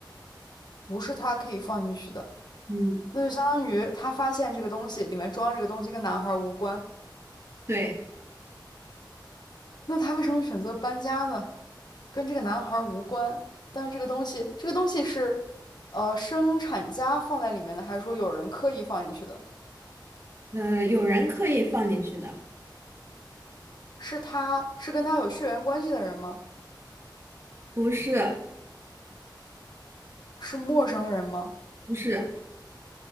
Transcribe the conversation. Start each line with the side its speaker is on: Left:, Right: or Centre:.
Left: 不是他可以放进去的，
Right: 嗯，
Left: 那就相当于他发现这个东西里面装这个东西跟男孩儿无关，
Right: 对，
Left: 那他为什么选择搬家呢？跟这个男孩儿无关，但是这个东西，这个东西是，呃，生产家放在里面的，还是说有人刻意放进去的？
Right: 呃，有人刻意放进去的，
Left: 是他是跟他有血缘关系的人吗？
Right: 不是
Left: 是陌生人吗？
Right: 不是，